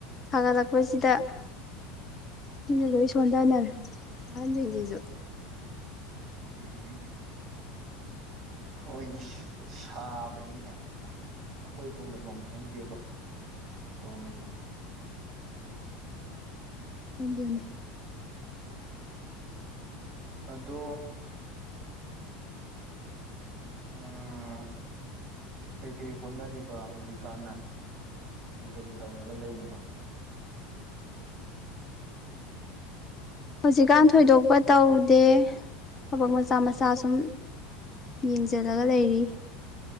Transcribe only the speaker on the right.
ꯎꯝ ꯍꯣꯏꯅꯦ ꯁꯥꯕꯅꯤꯅ ꯑꯩꯈꯣꯏꯐꯧ ꯂꯩꯐꯝ ꯈꯪꯗꯦꯕ ꯇꯧꯔꯤꯁꯦ
ꯑꯗꯣ ꯑꯥ ꯀꯩꯀꯩ ꯍꯣꯠꯅꯔꯤꯕ ꯍꯧꯖꯤꯛꯀꯥꯟꯅ ꯀꯔꯤ ꯀꯔꯤ ꯇꯧꯔꯒ ꯂꯩꯔꯤꯕ